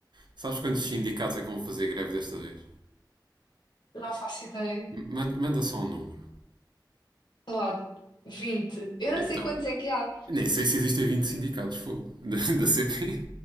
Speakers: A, on the right (about 65°); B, on the left (about 65°).
A: Sabes quantos sindicatos é que vão fazer greve desta vez?
B: não faço ideia.
A: M- Manda, manda só um número.
B: Sei lá, vinte Eu não
A: É que
B: sei
A: tá-
B: quantos é que há.
A: Nem sei se existem 20 sindicatos, fogo. <laughs> Da, da CP.